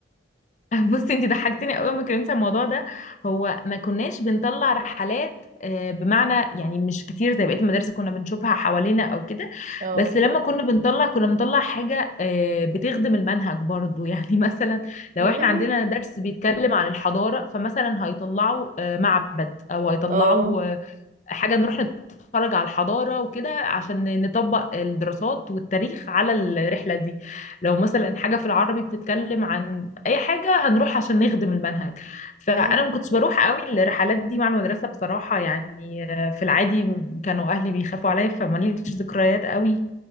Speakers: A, on the left; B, on the right.
A: <laughs> بصي انت ضحكتني قوي ما كلمت عن الموضوع ده هو ما كناش بنطلع رحلات آه، بمعنى يعني مش كتير زي بقية المدارس اللي كنا بنشوفها حوالينا او كده
B: اه
A: بس لما كنا بنطلع كنا بنطلع حاجة آه، بتخدم المنهج برضو <laughs> يعني مثلا لو
B: يا
A: احنا
B: لهوي
A: عندنا درس بيتكلم عن الحضارة فمثلا هيطلعوا آه، معبد او هيطلعوا
B: اه
A: آه، حاجة نروح نتفرج على الحضارة وكده عشان نطبق الدراسات والتاريخ على الرحلة دي لو مثلا حاجة في العربي بتتكلم عن أي حاجة هنروح عشان نخدم المنهج فأنا
B: اي
A: ما كنتش بروح قوي الرحلات دي مع المدرسة بصراحة يعني آه، في العادي كانوا أهلي بيخافوا عليا فماليش ذكريات قوي